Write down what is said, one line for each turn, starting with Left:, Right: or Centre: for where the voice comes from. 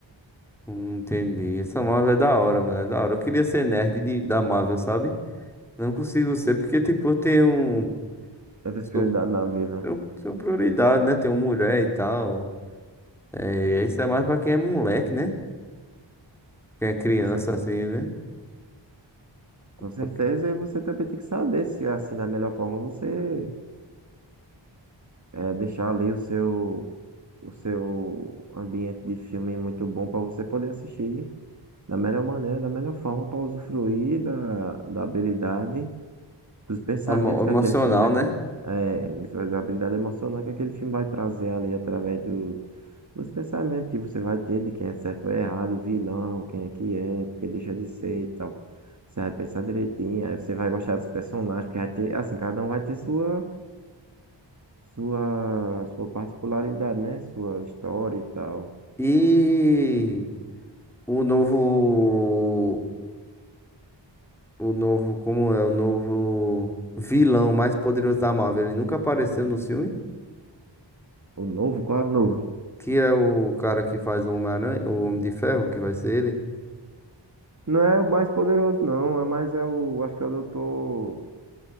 Centre: Hum, Entendi. Essa Marvel é da hora, mano. É da hora. Eu queria ser nerd de, da Marvel, sabe? Não consigo ser, porque, tipo, eu tenho. um,
Right: outras
Centre: Sou,
Right: prioridades na vida,
Centre: tenho,
Right: né?
Centre: tenho prioridade, né? Tenho mulher e tal. É, isso é mais pra quem é moleque, né? Quem é criança,
Right: com certeza.
Centre: assim, né?
Right: Com certeza,
Centre: Porque-
Right: e você também tem que saber se, assim, da melhor forma você é, deixar ali o seu, o seu ambiente de filme muito bom pra você poder assistir. da melhor maneira, da melhor forma para usufruir da, da habilidade, dos pensamentos
Centre: emo- Emocional,
Right: que aquele filme vai,
Centre: né?
Right: é, da habilidade emocional que aquele filme vai trazer ali através do, dos pensamentos que você vai ter de quem é certo ou errado, vilão, quem é que é, porque deixa de ser e tal. Você vai pensar direitinho, aí você vai gostar dos personagens, porque vai ter, assim, cada um vai ter sua, sua, sua particularidade, né? Sua história e tal.
Centre: E o novo. O novo. Como é? O novo vilão mais poderoso da Marvel. Ele nunca apareceu no filme.
Right: O novo, qual é o novo?
Centre: Que é o cara que faz o Homem-Aranha, o Homem de Ferro, que vai ser ele.
Right: Não é o mais poderoso, não. É mais é o. Acho que é o Doutor